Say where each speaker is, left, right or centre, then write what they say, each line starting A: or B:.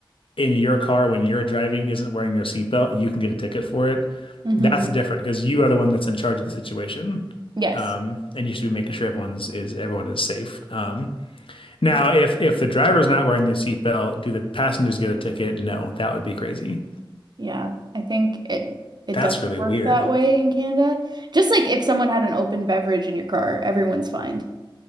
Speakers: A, on the left; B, on the right.
A: in your car when you're driving isn't wearing their seatbelt, you can get a ticket for it.
B: hmm
A: That's different because you are the one that's in charge of the situation.
B: Yes.
A: Um, and you should be making sure everyone's is everyone is safe. Um, now if if the driver's not wearing their seatbelt, do the passengers get a ticket? No, that would be crazy.
B: Yeah. I think it it
A: That's
B: does
A: really
B: work
A: weird.
B: that way in Canada. Just like if someone had an open beverage in your car, everyone's fined.